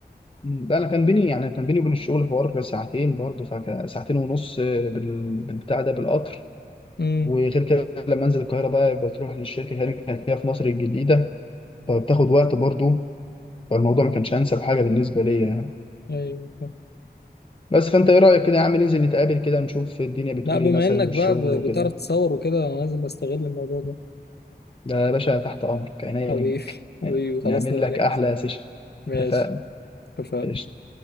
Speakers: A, on the left; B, on the left.
A: م- ده انا كان بيني يعني كان بيني وبين الشغل حوار ساعتين برضه فك- ساعتين ونص بال- بالبتاع ده بالقطر
B: امم
A: وغير كده لما انزل القاهره بقى بتروح للشركه هنا كانت هي في مصر الجديده فبتاخد وقت برضه فالموضوع ما كانش انسب حاجه بالنسبه ليا يعني
B: ايوه فاهم.
A: بس فانت ايه رايك كده يا عم ننزل نتقابل كده نشوف الدنيا بتقول
B: لا بما
A: ايه مثلا
B: انك
A: والشغل
B: بقى ب-
A: وكده
B: بتعرف تصور وكده انا لازم استغل الموضوع ده
A: ده يا باشا تحت امرك عينيا
B: حبيبي
A: ليك
B: حبيبي
A: يعني نعمل
B: خلاص نبقى
A: لك
B: ننزل
A: احلى سيشن
B: ماشي
A: اتفقنا
B: اتفقنا
A: قشطة.